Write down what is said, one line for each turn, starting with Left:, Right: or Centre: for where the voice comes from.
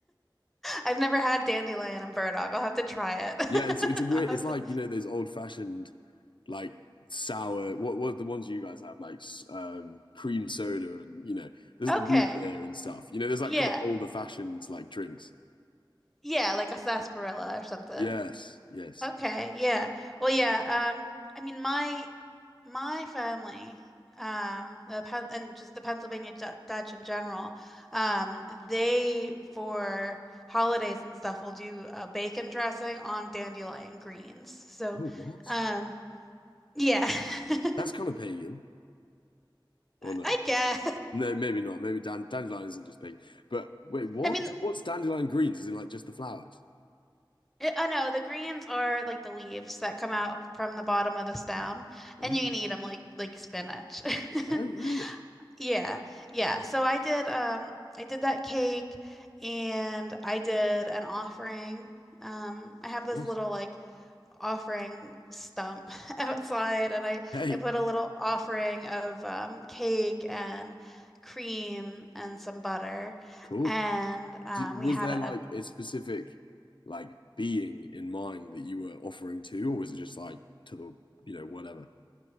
Centre: I've never had dandelion and burdock. I'll have to try it.
Left: Yeah, it's it's a
Centre: <laughs>
Left: weird.
Centre: I'll have
Left: It's like
Centre: to.
Left: you know those old fashioned like sour. What what are the ones you guys have like s- um cream soda and you know there's
Centre: Okay.
Left: the root beer and stuff. You know there's like
Centre: Yeah.
Left: kind of older fashioned like drinks.
Centre: Yeah, like a sarsaparilla or something.
Left: Yes, yes.
Centre: Okay, yeah. Well, yeah, um I mean my my family um the Pen and just the Pennsylvania Du- Dutch in general, um they for holidays and stuff will do a bacon dressing on dandelion greens. So,
Left: Oh, what?
Centre: um yeah, <laughs>
Left: That's kind of pagan, or no?
Centre: I guess.
Left: No, maybe not. Maybe dan dandelion isn't just pagan. But wait, what?
Centre: I mean,
Left: So What's dandelion greens? Is in like just the flowers?
Centre: I I know the greens are like the leaves that come out from the bottom of the stem,
Left: Ah,
Centre: and you can eat them like like spinach. <laughs>
Left: oh, really?
Centre: Yeah, yeah. So I did um I did that cake and I did an offering. Um I have this
Left: Yes.
Centre: little like offering stump <laughs> outside and I
Left: Hey,
Centre: I put a little offering of um cake and cream and some butter
Left: cool.
Centre: and um
Left: Did,
Centre: we
Left: was
Centre: had
Left: there
Centre: a
Left: like a specific like being in mind that you were offering to, or was it just like to the you know whatever